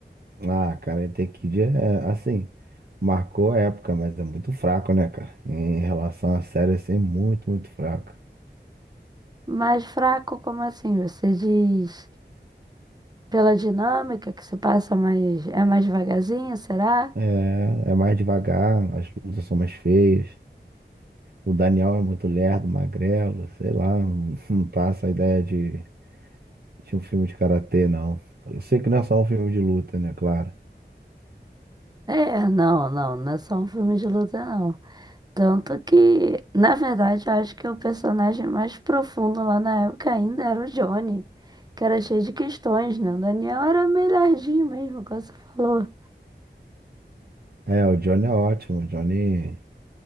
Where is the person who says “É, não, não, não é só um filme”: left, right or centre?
Right